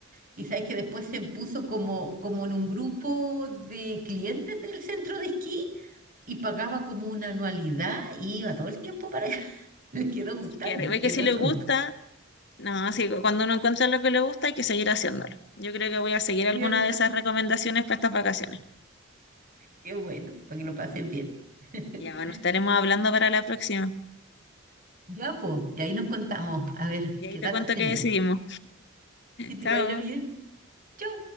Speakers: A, on the right; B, on the left.
A: y sabes que después se puso como, como en un grupo de clientes del centro de esquí y pagaba como una anualidad y iba todo el tiempo para allá. <laughs> Le quedó gustando
B: Así que ve
A: el
B: que si
A: asunto,
B: le gusta. No, sí, cu- cuando uno encuentra lo que le gusta hay que seguir haciéndolo. Yo creo que voy a seguir alguna
A: ¿cierto?
B: de esas recomendaciones para estas vacaciones.
A: Qué bueno, para que lo pasen bien. <laughs>
B: Ya, bueno, estaremos hablando para la próxima.
A: Ya, pues, y ahí nos contamos, a ver
B: Y ahí
A: qué
B: te
A: datos
B: cuento
A: tenemos.
B: qué decidimos.
A: Que te
B: Chao.
A: vaya bien. Chau.